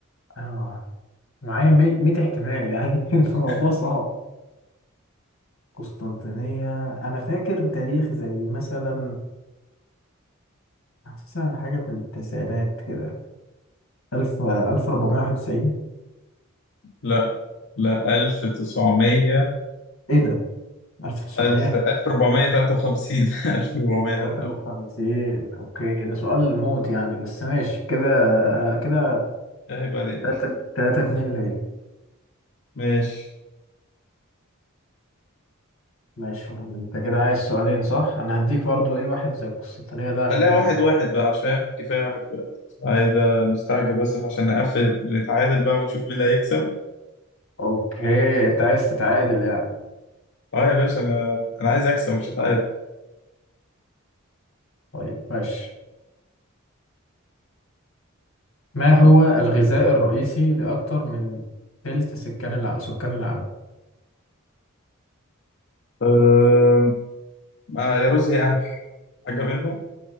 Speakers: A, on the left; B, on the left.
A: آه معايا 100 احتمال يعني <laughs> الموضوع
B: آه،
A: صعب قسطنطينية انا فاكر تاريخ زي مثلا حاسسها حاجة في التسعينات كده 1000 1491
B: لا لا 1900
A: ايه ده 1900
B: 1000 1453 1453
A: 53 اوكي ده سؤال موت يعني بس ماشي كده كده
B: <laughs> عيب عليك
A: تلاتة تلاتة اتنين ليا
B: ماشي
A: ماشي انت كده عايز سؤالين صح انا هديك برضو ايه واحد زي القسطنطينية ده عشان
B: خليها
A: انت
B: واحد واحد بقى عشان كفايه واحد واحد عايز مستعجل بس عشان نقفل نتعادل بقى ونشوف مين اللي هيكسب
A: اوكي انت عايز تتعادل يعني
B: اه يا باشا انا انا عايز اكسب مش هتعادل
A: طيب ماشي ما هو الغذاء الرئيسي لأكتر من تلت سكان الع... سكان العالم
B: أم... آه يا رز يا قمح حاجه منهم